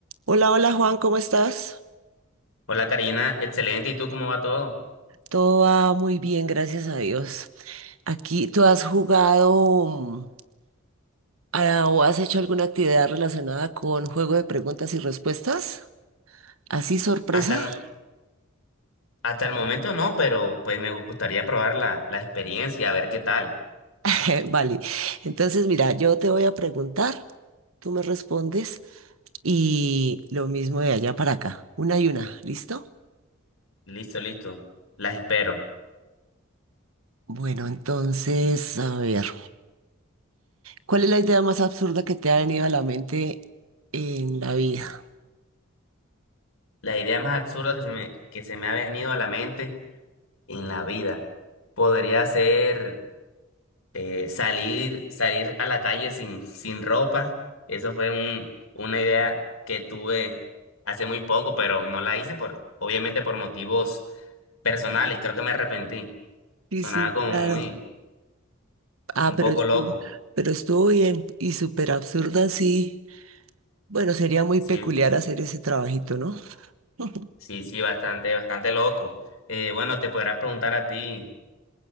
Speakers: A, on the right; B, on the left.
A: Hola, hola Juan, ¿cómo estás?
B: Hola Karina, excelente. ¿Y tú cómo va todo?
A: Todo va muy bien, gracias a Dios. Aquí, ¿tú has jugado mm, a- o has hecho alguna actividad relacionada con juego de preguntas y respuestas? ¿Así sorpresa?
B: Hasta el, hasta el momento no, pero pues me gustaría probar la, la experiencia, a ver qué tal.
A: <laughs> Vale, entonces mira, yo te voy a preguntar, tú me respondes y lo mismo de allá para acá, una y una, ¿listo?
B: Listo, listo. Las espero.
A: Bueno, entonces, a ver, ¿cuál es la idea más absurda que te ha venido a la mente en la vida?
B: La idea más absurda que se me, que se me ha venido a la mente en la vida podría ser eh, salir, salir a la calle sin, sin ropa. Eso fue un, una idea que tuve hace muy poco, pero no la hice por, obviamente por motivos personales. Creo que me arrepentí.
A: Sí,
B: Sonaba
A: sí,
B: como
A: claro.
B: muy
A: Ah,
B: Un
A: pero
B: poco
A: estuvo,
B: loco,
A: pero estuvo bien y súper absurda, sí. Bueno, sería muy
B: sí,
A: peculiar hacer ese trabajito, ¿no? <laughs>
B: sí, sí, bastante, bastante loco. Eh, bueno, te podrás preguntar a ti,